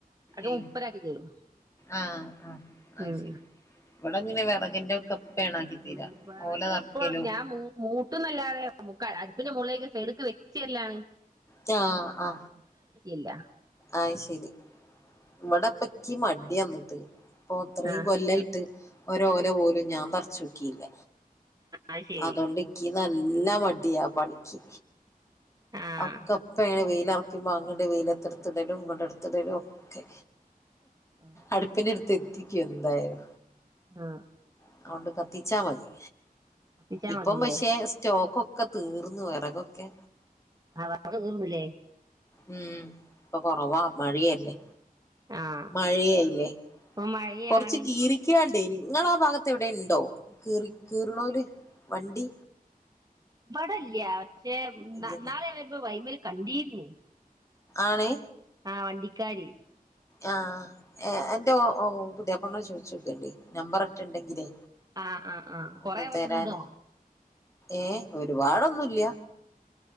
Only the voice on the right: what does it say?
അതൊക്കെ
മുപ്പരാക്കി തരും
ഉം
ഉം
വിറക്
ഇപ്പോൾ ഞാൻ മു മൂട്ടിന്നല്ലാതെ നമുക്ക് അടു പിന്നെ മൊളേക്കെ സൈഡിക്ക് വെച്ചല്ലാണ്
ഇല്ല
ആഹ്
അത് ശരി
ആഹ്
ആഹ്
ആ
കത്തിച്ചാ
മതില്ലേ
ആ വെറക് കീറൂലെ
ആഹ്
ഇപ്പൊ മഴയാണ്
വടല്യാ പക്ഷെ
നാ നാളെ ഞാവരുമ്പം വൈമ് ല് കണ്ടീര്ന്നു
ആ വണ്ടിക്കാരി
ആ ആ ആ കൊറെ
<unintelligible>